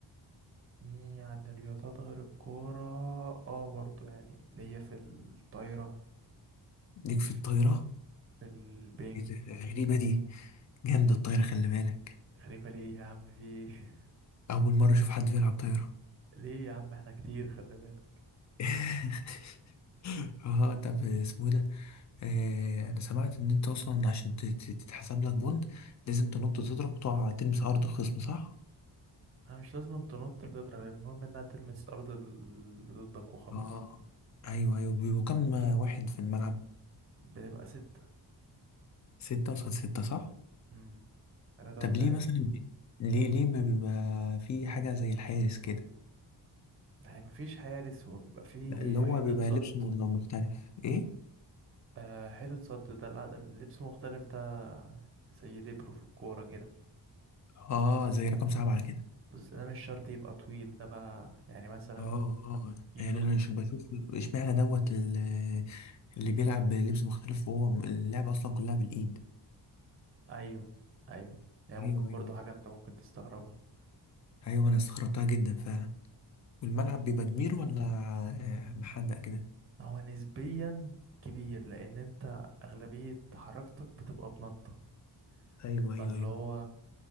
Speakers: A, on the right; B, on the left.
A: يعني رياضات غير الكورة اه برضو يعني ليا في الطايرة
B: ليك في
A: في
B: الطايرة
A: البنج
B: ايه ده غريبة دي جامدة الطايرة خلي بالك
A: غريبة ليه يا عم في ايه؟
B: اول مرة اشوف حد بيلعب طايرة
A: <laughs> ليه يا عم احنا كتير خلي بالك
B: <laughs> اه طب اسمه ده آه انا سمعت ان انت اصلا عشان تت- تت- تتحسب لك بوند لازم تنط تضرب وتقع تلمس ارض الخصم صح
A: انا مش لازم تنط تضرب المهم انها تلمس ارض اللي ضدك وخلاص
B: اه ايوه ايوه بيبقوا كام واحد في الملعب
A: بنبقى ستة
B: ستة قصاد ستة صح
A: امم تلاتة
B: طب
A: وتلاتة
B: ليه مثلا بي- ليه ليه ما بيبقى في حاجة زي الحارس كده
A: يعني مفيش حارس وبيبقى في
B: لا اللي
A: حيطة
B: هو بيبقى
A: صد
B: لبسه م- مختلف ايه
A: آه حتة صد دلع ده العدم، لبس مختلف ده زي ليبرو في الكورة كده
B: اه زي رقم سبعة كده
A: بس ده مش شرط يبقى طويل ده بقى يعني مثلا
B: اه اه
A: يصد
B: يعني انا مش بشوف اشمعنى دوت ال- اللي بيلعب بلبس مختلف وهو اللعبة اصلا كلها بالايد
A: أيوه أيوه يعني
B: ايوه
A: ممكن برضه
B: ايوه
A: حاجة أنت ممكن تستغربها
B: ايوه ما انا استغربتها جدا فعلا والملعب بيبقى كبير ولا آه، محدق كده
A: هو نسبيا كبير لأن أنت أغلبية حركتك بتبقى بنطة
B: ايوه
A: فاللي
B: ايوه ايوه
A: هو